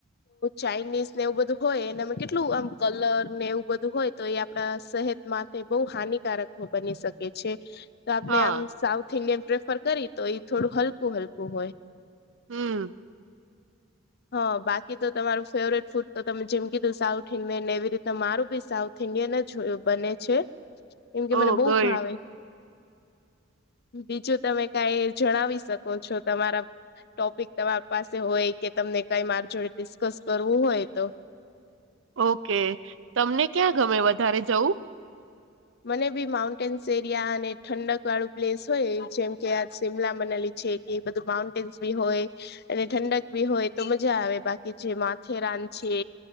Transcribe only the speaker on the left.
ચાઇનીઝ ને એવું બધું હોય એના માટે કેટલું આમ કલર ને એવું બધું હોય તો એ આપણા સહત માટે બહુ હાનિકારક બની શકે છે તો આપણે
આમ સાઉથ ઇન્ડિયન પ્રેફર કરી તો એઈ થોડું હલકું હલકું હોય
હા બાકી તો તમારું ફેવરેટ ફૂડ તો તમે જેમ કીધું સાઉથ મેને એવી રીતે મારું બી સાઉથ ઇન્ડયન જ બને છે એમ કે
મને બહ
ભાવે બીજું તમે કઈ જણાવી શકો છો તમારા ટોપિક તમારી પાસે હોય કે તમને કઈ મારી જોડે ડિસ્કસ કરવું હોય તો
મને બી માઉન્ટેન્સ એરિયા અને ઠંડક વાળું પ્લેસ હોય જેમ કે આ શિમલા મનાલી છે એ બધું માઉન્ટેન્સ બી હોય અને ઠંડક ભી હોય તો મજા આવે બાકી જે માથેરાન છે